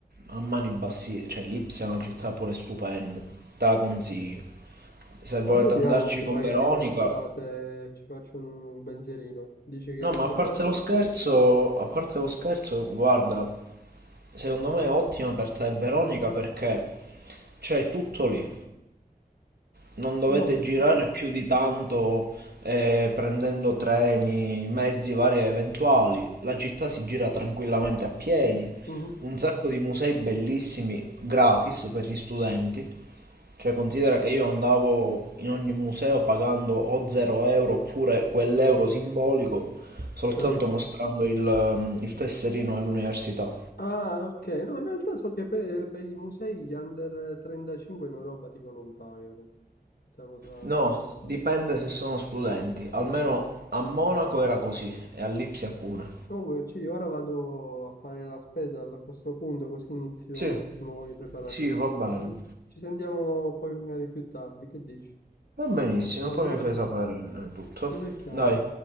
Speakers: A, on the right; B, on the left.
A: A mani bassine, cioè Lipsia è una città pure stupenda, te la consiglio. Se
B: Ma
A: volete
B: vediamo
A: andarci
B: se
A: con
B: magari
A: Veronica...
B: quest'estate ci faccio un, un pensierino. Dici che
A: No,
B: non
A: ma
B: costano
A: a parte
B: tanto.
A: lo scherzo, a parte lo scherzo, guarda, Secondo me è ottima per te, e Veronica, perché c'è tutto lì. Non dovete
B: Va bene.
A: girare più di tanto eh, prendendo treni, mezzi vari e eventuali. La città si gira tranquillamente a piedi.
B: mhm,
A: Un sacco di musei bellissimi gratis per gli studenti. Cioè, considera che io andavo in ogni museo pagando o 0 euro oppure quell'euro simbolico soltanto
B: capito.
A: mostrando il, ehm, il tesserino dell'università.
B: Ah, ok. No, in realtà so che per, per i musei gli under 35 in Europa tipo non pagano. Questa cosa
A: No,
B: ne parlavamo.
A: dipende se sono studenti. Almeno
B: Ok.
A: a Monaco era così e a Lipsia pure.
B: Comunque, sì, ora vado a fare la spesa a questo punto, così inizio
A: Sì,
B: un attimo con i preparativi.
A: sì, va bene.
B: Ci, ci sentiamo poi magari più tardi, che dici?
A: Va benissimo,
B: Va
A: poi
B: bene?
A: mi fai sapere eh, tutto.
B: Ci becchiamo.
A: Dai,